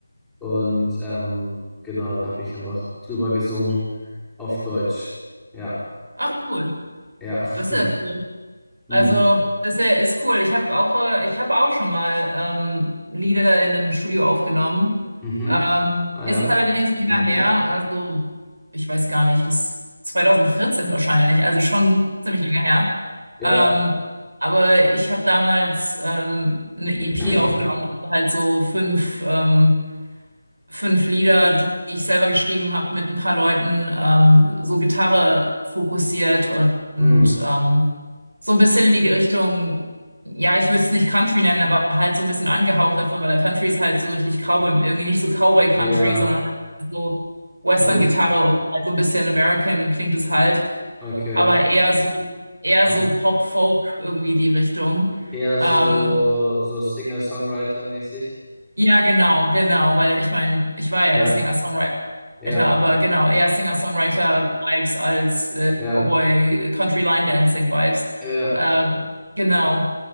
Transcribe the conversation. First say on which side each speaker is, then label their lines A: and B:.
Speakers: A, in the centre; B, on the right.
A: Und ähm, genau, da habe ich einfach drüber gesungen auf Deutsch. Ja,
B: Ach cool.
A: ja.
B: Das
A: <laughs>
B: ist ja cool. Also,
A: Mm.
B: ist ja, ist cool. Ich habe auch, äh, ich habe auch schon mal ähm, Lieder in einem Studio aufgenommen.
A: Mhm.
B: Ähm,
A: Ah
B: ist
A: ja,
B: allerdings länger
A: okay.
B: her. Also, ich weiß gar nicht, das 2014 wahrscheinlich. Also schon ziemlich länger her.
A: Ja.
B: Ähm, aber ich habe damals ähm, eine EP
A: <clears throat>
B: aufgenommen, also halt so fünf ähm, fünf Lieder, die ich selber geschrieben habe, mit ein paar Leuten, ähm, so Gitarre fokussiert und, und
A: Hm,
B: ähm, so ein bisschen in die Richtung, ja, ich würde es nicht Country nennen, aber halt so ein bisschen angehaucht davon, weil der Country ist halt so richtig Cowboy, irgendwie nicht so Cowboy Country,
A: ja,
B: sondern halt so Western-Gitarre
A: so ein bisschen,
B: und halt so ein bisschen American klingt es halt,
A: okay.
B: aber eher so, eher
A: Ab-
B: so Pop-Folk irgendwie die Richtung.
A: Eher
B: Ähm,
A: so, so Singer-Songwriter-mäßig.
B: ja, genau, genau, weil ich meine, ich war ja
A: Ja,
B: der Singer-Songwriter,
A: ja,
B: aber genau, eher Singer-Songwriter-Vibes als äh,
A: ja,
B: Cowboy-Country-Line-Dancing-Vibes.
A: ja,
B: Ähm, genau,